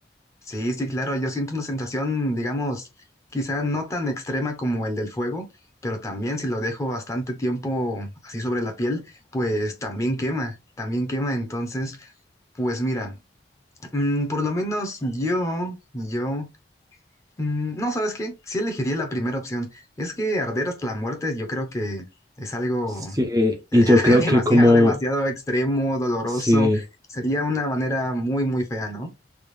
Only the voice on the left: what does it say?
Sí, sí, claro, yo siento una sensación, digamos, quizá no tan extrema como el del fuego, pero también si lo dejo bastante tiempo así sobre la piel, pues también quema, también quema. Entonces, pues mira, mm, por lo menos yo, yo, mm, no, ¿sabes qué? Sí elegiría la primera opción. Es que arder hasta la muerte yo creo que es algo
ya, ya
<laughs>
demasiado,
demasiado extremo, doloroso.
Sería una manera muy, muy fea, ¿no?